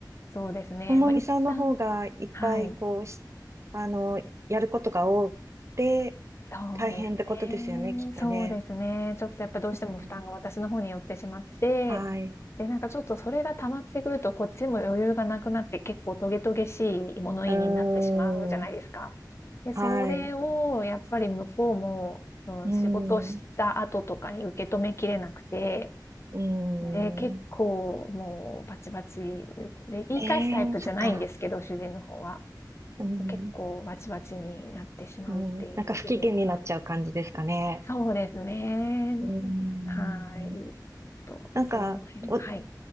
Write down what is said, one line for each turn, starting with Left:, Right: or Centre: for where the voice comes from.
Left: そうですね。
Right: ともみさんの方がいっぱい、
Left: まあ、一旦はい。
Right: こう、し、あの、やることが多くて、
Left: そうですね。
Right: 大変ってことですよね、きっとね。
Left: そうですね。ちょっとやっぱどうしても負担が私の方に寄ってしまって、
Right: うん、はい。
Left: で、なんかちょっとそれが溜まってくると、こっちも余裕がなくなって、結構トゲトゲしい物言いになってしまうじゃないですか。
Right: うーん。
Left: で、それをやっぱり向こうも、
Right: はい。
Left: うん、
Right: うん。
Left: 仕事した後とかに受け止めきれなくて、
Right: うん。
Left: で、結構もうバチバチで、言い返すタイプじゃないんですけど、
Right: ええそっか。
Left: 主人の方は。
Right: うん。
Left: で、結構バチバチになってしまうっていう部分を
Right: うん。なんか不機嫌になっちゃう感じですかね。
Left: そうですね。
Right: うーん。
Left: はい。と、
Right: なんか、
Left: その辺、
Right: お、
Left: はい。